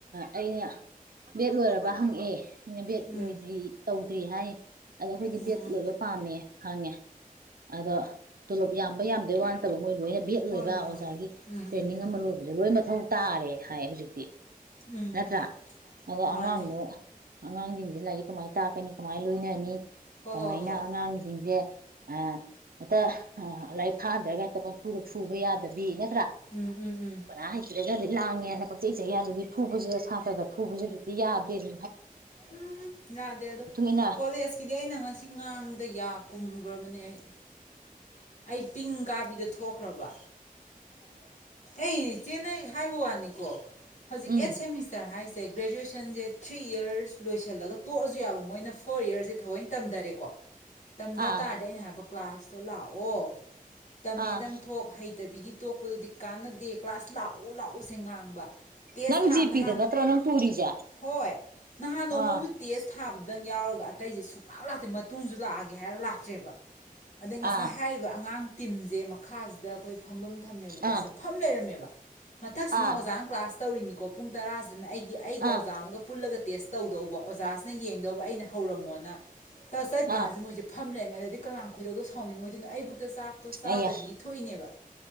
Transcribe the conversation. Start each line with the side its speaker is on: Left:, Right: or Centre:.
Right: ꯑꯩꯅ ꯕꯦꯦꯛ ꯂꯣꯏꯔꯕ ꯍꯪꯉꯛꯑꯦ ꯍꯦꯩꯅꯕꯦꯠ
Left: ꯎꯝ ꯎꯝ
Right: ꯂꯣꯏꯗ꯭ꯔꯤ ꯇꯧ ꯑꯗꯨꯔꯤꯍꯥꯏ ꯑꯗꯣ ꯑꯩꯈꯣꯏꯗꯤ
Left: ꯎꯝ
Right: ꯗꯦꯠ ꯂꯣꯏꯕ ꯄꯥꯝꯃꯦ ꯍꯦ ꯑꯗꯣ ꯇꯣꯂꯞ ꯌꯥꯝ ꯌꯥꯝꯗꯦ ꯋꯥꯟꯗꯕ ꯃꯣꯏ ꯂꯣꯏꯅ ꯕꯦꯠ
Left: ꯍꯣꯏ
Right: ꯂꯣꯏꯕ
Left: ꯍꯣꯏ
Right: ꯑꯣꯖꯥꯒꯤ
Left: ꯍꯣꯏ ꯎꯝ
Right: ꯇ꯭ꯔꯦꯅꯤꯡ
Left: ꯎꯝ ꯎꯝ
Right: ꯑꯃ ꯂꯣꯏ ꯍꯧꯖꯤ ꯂꯣꯏ ꯃꯊꯧ ꯇꯥꯔꯦ ꯍꯥꯏ ꯍꯧꯖꯤꯛꯇꯤ
Left: ꯎꯝ
Right: ꯅꯠꯇ꯭ꯔ ꯑ
Left: ꯃꯥꯅꯦ
Right: ꯑꯉꯥꯡꯣ ꯑꯉꯥꯡꯁꯤꯡꯁꯤꯦ ꯂꯥꯏꯔꯤꯛ ꯀꯃꯥꯏꯅ ꯇꯥꯛꯀꯅꯤ ꯀꯃꯥꯏꯅ ꯂꯣꯏꯅꯅꯤ
Left: ꯍꯣꯏ
Right: ꯀꯃꯥꯏꯅ
Left: ꯍꯣꯏ ꯍꯣꯏ
Right: ꯑꯉꯥꯡꯁꯤꯡꯁꯦ ꯑ ꯍꯦꯛꯇ ꯂꯥꯏꯔꯤꯛ ꯐꯥꯗ꯭ꯔꯒ ꯍꯦꯛꯇ ꯄꯝꯐꯨꯗꯣ ꯐꯨꯕ ꯌꯥꯗꯕꯤ ꯅ
Left: ꯎꯝ ꯎꯝ ꯎꯝ
Right: ꯀꯅꯥ ꯍꯩꯇꯔꯒꯗꯤ ꯂꯥꯡꯉꯦꯅ ꯄꯛꯆꯩ ꯆꯩꯌꯥ ꯑꯗꯨꯗꯤ ꯐꯨꯕꯁꯤꯗ ꯁꯥꯇ꯭ꯔꯗ ꯐꯨꯕꯁꯨ ꯍꯧꯖꯤꯛꯇꯤ ꯌꯥꯗꯦ ꯑꯗꯨ
Left: ꯎꯝ ꯌꯥꯗꯦ ꯑꯗꯣ
Right: ꯏꯟꯅ
Left: ꯀꯣꯂꯦꯖꯀꯤꯗꯤ ꯑꯩꯅ ꯉꯁꯤ ꯉꯥꯡꯕꯗ ꯌꯥ ꯀꯨꯝ ꯭ꯔꯕꯅꯤ ꯑꯩ ꯑꯩ ꯄꯤꯡ ꯀꯥꯕꯤꯗ ꯊꯣꯛꯈ꯭ꯔꯕ ꯑꯩꯩ ꯆꯦꯟꯅꯩ ꯍꯥꯏꯕꯣ ꯎꯄꯥꯅꯤꯀꯣ ꯍꯧꯖꯤꯛ
Right: ꯎꯝ
Left: ꯑꯩꯠ ꯁꯦꯃꯤꯁꯇꯔ ꯍꯥꯏꯁꯦ ꯒ꯭ꯔꯦꯖꯨꯋꯦꯁꯟꯁꯦꯠ ꯊ꯭ꯔꯤ ꯏꯔꯁ ꯂꯣꯏꯁꯤꯜꯂꯒ ꯇꯣꯛꯑꯁꯨ ꯌꯥꯕ ꯃꯣꯏꯅ ꯐꯣꯔ ꯌꯔꯁꯁꯦ ꯊꯑꯣꯏꯅ ꯇꯝꯊꯔꯦꯀꯣ ꯇꯝꯗ
Right: ꯑꯥ
Left: ꯇꯥꯔꯗꯤ ꯑꯩꯅ ꯍꯥꯏꯕ ꯀ꯭ꯂꯥꯁꯇꯣ ꯂꯥꯛꯑꯣ ꯇꯝꯃꯦꯗꯪ
Right: ꯑꯥ
Left: ꯊꯣꯛ ꯍꯩꯇꯕꯤꯒꯤ ꯇꯣꯛꯄꯗꯨꯗꯤ ꯗꯗꯤ ꯀ꯭ꯂꯥꯁ ꯂꯥꯛꯎ ꯂꯥꯛꯎꯁꯦ ꯉꯥꯡꯕ ꯇꯦꯁ
Right: ꯅꯪ
Left: ꯊꯥꯕ
Right: ꯖꯦꯄꯤꯗ
Left: ꯅꯍꯥꯟ
Right: ꯅꯠꯇ꯭ꯔꯣ ꯅꯪ ꯄꯨꯔꯤꯁꯦ
Left: ꯍꯣꯏ ꯅꯍꯥꯟ
Right: ꯑꯥ
Left: ꯅꯣꯡꯃꯝꯁꯨ ꯇꯦꯁ ꯊꯥꯕꯗꯪ ꯌꯥꯎꯔꯒ ꯑꯇꯩꯁꯦ ꯁꯨꯡꯂꯞ ꯂꯥꯛꯇꯦ ꯃꯇꯨꯡꯁꯨ ꯂꯥꯛꯑꯒꯦ ꯍꯥꯏꯔꯒ ꯂꯥꯛꯇ꯭ꯔꯦꯕ ꯑꯗꯩ ꯉꯁꯥꯏ
Right: ꯑꯥ
Left: ꯍꯥꯏꯔꯤꯕ ꯑꯉꯥꯡ ꯇꯤꯝꯁꯦ ꯃꯈꯥꯁꯤꯗ ꯑꯩꯈꯣꯏ ꯐꯝꯐꯝ ꯊꯝ ꯀꯣꯠꯁꯦ
Right: ꯑꯥ
Left: ꯐꯝ ꯂꯩꯔꯝꯃꯦꯕ ꯃꯊꯛꯁꯤꯅ
Right: ꯑꯥ
Left: ꯑꯣꯖꯥꯅ ꯀ꯭ꯂꯥꯁ ꯇꯧꯔꯤꯅꯤꯀꯣ ꯄꯨꯡ ꯇꯔꯥꯁꯤꯅ ꯑꯩꯒꯤ ꯑꯩꯒ ꯑꯣꯖꯥ
Right: ꯑꯥ
Left: ꯑꯃꯒ ꯄꯨꯜꯂꯒ ꯇꯦꯁ ꯇꯧꯗꯧꯕ ꯑꯣꯖꯥꯁꯤꯅ ꯌꯦꯡꯗꯧꯕ ꯑꯩꯅ ꯍꯧꯔꯝꯃꯣꯅ ꯇꯧꯔ ꯆꯠꯀꯥꯟꯁꯤꯦ
Right: ꯑꯥ
Left: ꯃꯣꯏꯁꯦ ꯐꯝ ꯂꯩꯔꯝꯃꯦ ꯑꯗꯨꯗꯗꯤ ꯀꯅꯥ ꯀꯣꯏꯗꯧꯗꯣ ꯐꯥꯎꯅꯤꯡꯉꯣꯏꯗꯨꯅ ꯑꯩꯕꯨꯛꯇ ꯆꯥꯛꯇꯣ ꯆꯥꯗꯕꯤꯒꯤ
Right: ꯑꯌꯥ
Left: ꯊꯣꯛꯏꯅꯦꯕ